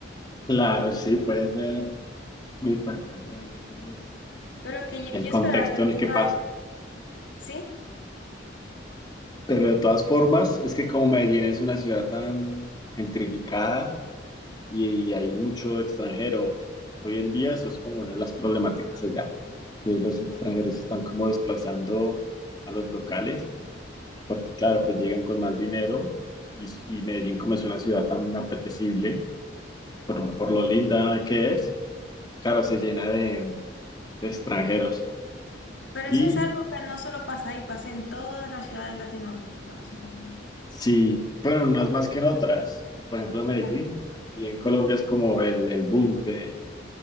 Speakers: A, on the left (about 20°); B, on the left (about 75°).
A: Claro, sí, puede ser muy impactante a veces
B: pero que yo,
A: el
B: yo
A: contexto
B: esperaba que era
A: en
B: un
A: el
B: lugar,
A: que pasa
B: ¿sí?
A: Pero de todas formas, es que como Medellín es una ciudad tan gentrificada y, y hay mucho extranjero, hoy en día eso es como una de las problemáticas allá, que los extranjeros están como desplazando a los locales, porque claro, pues llegan con más dinero y, y Medellín como es una ciudad tan apetecible, por, por lo linda que es, claro, se llena de, de extranjeros.
B: Pero
A: Y
B: eso es algo que no solo pasa ahí, pasa en todas las ciudades de Latinoamérica, básicamente.
A: Sí, pero en unas más que en otras. Por ejemplo, Medellín,
B: Claro.
A: aquí en Colombia es como el, el boom de,